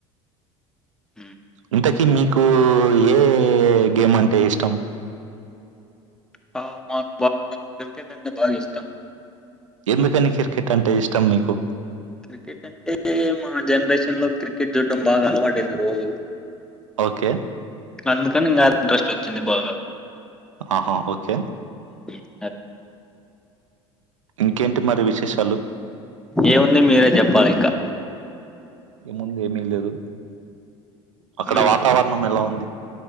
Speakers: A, in the centre; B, on the right.
A: ఉమ్,
B: ఇంతకి మీకు ఏ గేమ్ అంటే ఇష్టం.
A: హ మాకు బాగా క్రికెట్ అంటే బాగా ఇష్టం.
B: ఎందుకని క్రికెట్ అంటే ఇష్టం మీకు,
A: క్రికెట్ అంటే మా జనరేషన్ లో క్రికెట్ చూడ్టడం బాగా అలవాటంది రోజు,
B: ఓకే
A: అందుకని ఇంకా ఆ ఇంట్రెస్ట్ వచ్చింది బాగా,
B: ఆహా ఓకే
A: ఉం
B: ఇంకేంటి మరి విశేషాలు,
A: ఏముంది మీరే చెప్పాలి ఇంకా,
B: ఏముంది ఏమీ లేదు అక్కడ
A: మీ
B: వాతావరణం ఎలా ఉంది.